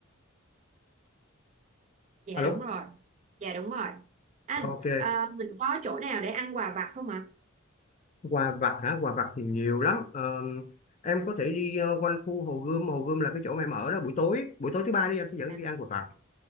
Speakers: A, on the right; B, on the left.
A: dạ
B: alo
A: đúng rồi dạ đúng rồi anh
B: ok
A: ờ, mình có chỗ nào để ăn quà vặt không ạ
B: quà vặt hả quà vặt thì nhiều lắm Ờm, em có thể đi ờ, quanh khu Hồ Gươm Hồ Gươm là cái chỗ mà em ở đó buổi tối buổi tối thứ ba đi anh sẽ dẫn em
A: à?
B: đi ăn quà vặt